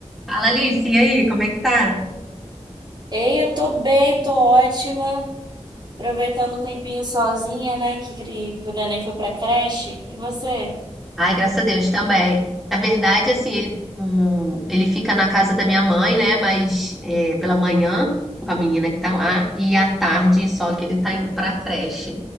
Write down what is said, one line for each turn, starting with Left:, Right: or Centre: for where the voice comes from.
Centre: Fala, Alice, e aí, como é que tá?
Right: Ei, eu tô bem, tô ótima. Aproveitando o tempinho sozinha, né? Que, cri- que o neném foi pra creche. E você?
Centre: Ai, graças a Deus também. Na verdade, assim, ele, hum, ele fica na casa da minha mãe, né? Mas é, pela manhã, com a menina que tá lá, e à tarde, só que ele tá indo pra creche.